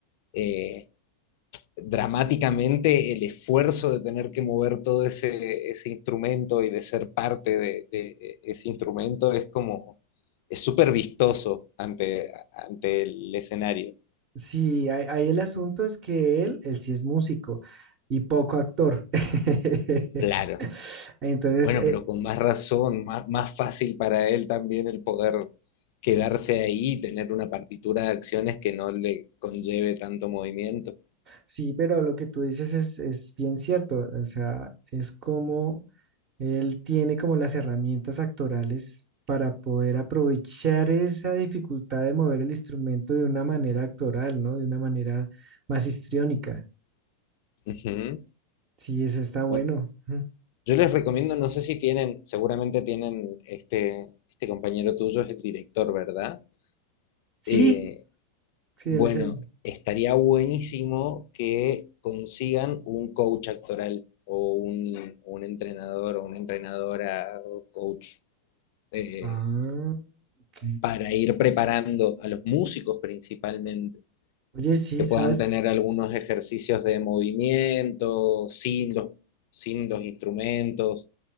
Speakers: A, on the left; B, on the right.
A: eh, dramáticamente el esfuerzo de tener que mover todo ese, ese instrumento y de ser parte de, de ese instrumento es como, es súper vistoso ante, ante el escenario.
B: Sí, ahí ahí el asunto es que él, él sí es músico y poco actor. <laughs>
A: Claro.
B: Entonces,
A: Bueno,
B: eh,
A: pero con más razón, más, más fácil para él también el poder quedarse ahí y tener una partitura de acciones que no le conlleve tanto movimiento.
B: sí, pero lo que tú dices es, es bien cierto. O sea, es como Él tiene como las herramientas actorales para poder aprovechar esa dificultad de mover el instrumento de una manera actoral, ¿no? De una manera más histriónica.
A: Ujú.
B: Sí, ese está bueno.
A: Bueno,
B: Ujú.
A: yo les recomiendo, no sé si tienen, seguramente tienen este, este compañero tuyo es el director, ¿verdad?
B: Sí,
A: Eh,
B: sí,
A: bueno,
B: él es el.
A: estaría buenísimo que consigan un coach actoral o un, un entrenador o una entrenadora o coach eh,
B: Ah, ok.
A: para ir preparando a los músicos principalmente,
B: Oye, sí,
A: que
B: ¿sabes?
A: puedan tener algunos ejercicios de movimiento sin los, sin los instrumentos,